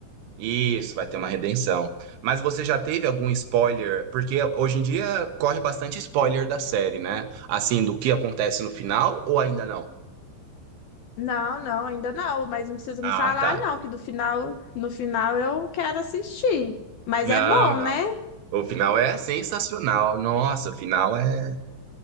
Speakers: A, on the right (about 80°); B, on the left (about 65°).
A: Isso, vai ter uma redenção. Mas você já teve algum spoiler? Porque hoje em dia corre bastante spoiler da série, né? Assim, do que acontece no final ou ainda não?
B: Não, não, ainda não, mas não precisa
A: Ah,
B: me falar,
A: tá.
B: não, que do final, no final eu quero assistir. Mas
A: Não,
B: é bom,
A: não.
B: né?
A: O final é sensacional. Nossa, o final é.